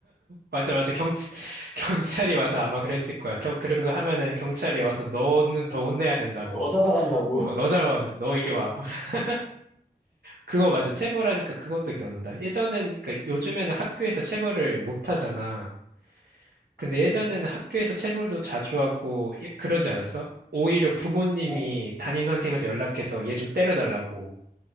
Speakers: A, on the right; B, in the centre.
A: 맞아, 맞아. 경, <laughs> 경찰이 와서 아마 그랬을 거야. 겨, 그런 거 하면은 경찰이 와서 너는 더 혼내야 된다고.
B: 너 잡아간다고. <laughs>
A: 어, 너 잡아는 너 이리 와. <laughs> 그거 맞아. 체벌하니까 그것도 기억난다. 예전엔, 그러니까 요즘에는 학교에서 체벌을 못 하잖아.
B: 그치?
A: 근데 예전에는 학교에서 체벌도 자주 하고 예- 그러지 않았어? 오히려 부모님이
B: 나는
A: 담임 선생님한테 연락해서 얘 좀 때려달라고.